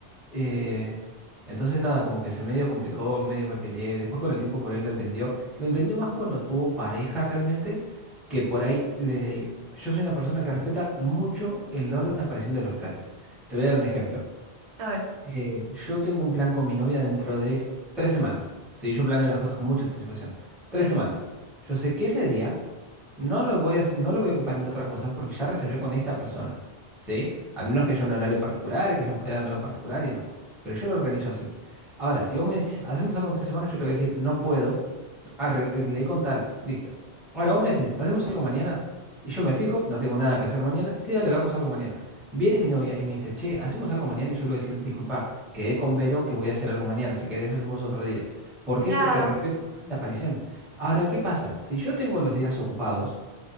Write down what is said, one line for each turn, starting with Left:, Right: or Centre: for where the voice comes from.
Centre: Eh, entonces nada, como que se medio complicó, medio me peleé. Después con el tiempo por ahí lo entendió. Lo entendió más cuando tuvo pareja realmente, que por ahí le... Yo soy una persona que respeta mucho el orden de aparición de los planes. Te voy a dar un ejemplo.
Right: A ver.
Centre: Eh, yo tengo un plan con mi novia dentro de tres semanas. Sí, yo planeo las cosas con mucha anticipación. Tres
Right: Sí.
Centre: semanas. Yo sé que ese día no lo voy a, hacer- no lo voy a ocupar en otra cosa porque ya reservé con esta persona. ¿Sí? Al menos que haya un horario particular y que hayamos quedado en algo particular y demás. Pero yo lo organizo así. Ahora, si vos me decís, hacemos algo en tres semanas, yo te voy a decir, no puedo. Arreglé con tal. Listo. Ahora vos me decís, hacemos algo mañana. Y yo me fijo, no tengo nada que hacer mañana. Sí, dale, hagamos algo mañana. Viene mi novia y me dice, che, hacemos algo mañana. Y yo le voy a decir, disculpa, quedé con Vero que voy a hacer algo mañana. Si querés, hacemos otro día. ¿Por qué?
Right: Claro,
Centre: Porque respeto la aparición. Ahora, ¿qué pasa? Si yo tengo los días ocupados,